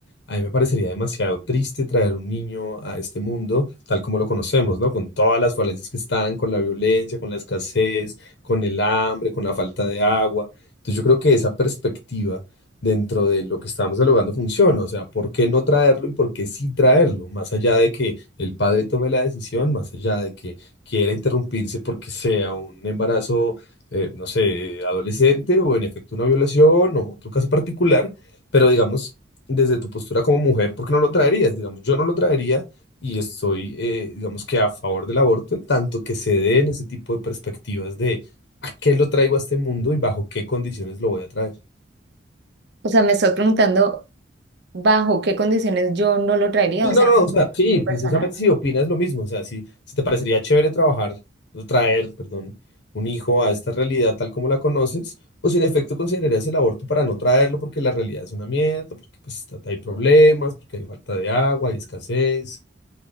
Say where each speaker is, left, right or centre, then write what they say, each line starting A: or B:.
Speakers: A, on the left; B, on the right.
A: a mí me parecería demasiado triste traer un niño a este mundo tal como lo conocemos, ¿no? Con todas las falencias que están, con la violencia, con la escasez, con el hambre, con la falta de agua. Entonces yo creo que esa perspectiva dentro de lo que estamos dialogando funciona. O sea, ¿por qué no traerlo y por qué sí traerlo? Más allá de que el padre tome la decisión, más allá de que quiera interrumpirse porque sea un embarazo, eh, no sé, adolescente o en efecto una violación o otro caso particular, pero digamos, desde tu postura como mujer, ¿por qué no lo traerías? Digamos, yo no lo traería y estoy, eh, digamos que a favor del aborto en tanto que se den ese tipo de perspectivas de a qué lo traigo a este mundo y bajo qué condiciones lo voy a traer.
B: O sea, me estás preguntando bajo qué condiciones yo no lo traería,
A: Sí,
B: o
A: no,
B: sea,
A: no, no, o sea, sí,
B: mi
A: precisamente
B: personal.
A: si opinas lo mismo, o sea, si, si te parecería chévere trabajar, o traer, perdón, un hijo a esta realidad tal como la conoces, o si en efecto considerarías el aborto para no traerlo porque la realidad es una mierda, porque pues, está- hay problemas, porque hay falta de agua, hay escasez,